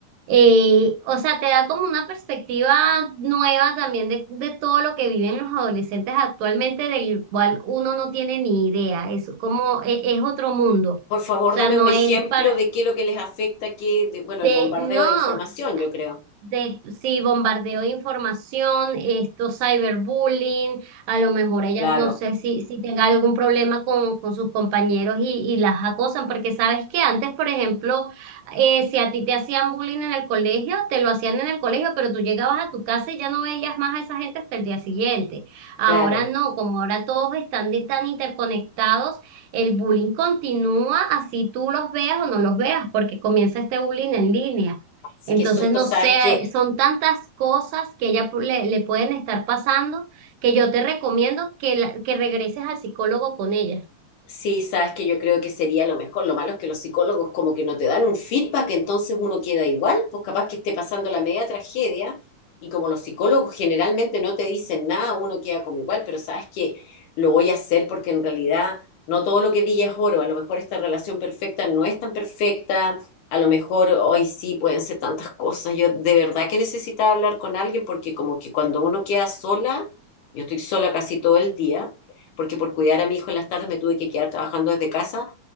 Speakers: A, on the right; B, on the left.
A: eh, o sea, te da como una perspectiva nueva también de, de todo lo que viven los adolescentes actualmente, del cual uno no tiene ni idea, es como, e- es, otro mundo, o
B: Por favor,
A: sea,
B: dame
A: no
B: un ejemplo
A: es para,
B: de qué es lo que les afecta, qué, de- bueno,
A: de,
B: el bombardeo
A: no,
B: de información, yo creo.
A: De, sí, bombardeo de información, esto cyberbullying, a lo mejor ellas
B: Claro,
A: no sé si, si tenga algún problema con, con sus compañeros y, y las acosan, porque sabes que antes, por ejemplo, eh, si a ti te hacían bullying en el colegio, te lo hacían en el colegio, pero tú llegabas a tu casa y ya no veías más a esa gente hasta el día siguiente. Ahora
B: claro.
A: no, como ahora todos están de- tan interconectados, el bullying continúa así tú los veas o no los veas, porque comienza este bullying en línea.
B: Así
A: Entonces,
B: que susto,
A: no
B: ¿sabes
A: sé,
B: que
A: son tantas cosas que ella pu- le, le pueden estar pasando que yo te recomiendo que, la- que regreses al psicólogo con ella.
B: Sí, sabes que yo creo que sería lo mejor. Lo malo es que los psicólogos como que no te dan un feedback, entonces uno queda igual, pues capaz que esté pasando la media tragedia y como los psicólogos generalmente no te dicen nada, uno queda como igual, pero sabes que lo voy a hacer porque en realidad no todo lo que brilla es oro. A lo mejor esta relación perfecta no es tan perfecta, a lo mejor hoy sí pueden ser tantas cosas. Yo de verdad que necesitaba hablar con alguien porque como que cuando uno queda sola, yo estoy sola casi todo el día porque por cuidar a mi hijo en las tardes me tuve que quedar trabajando desde casa.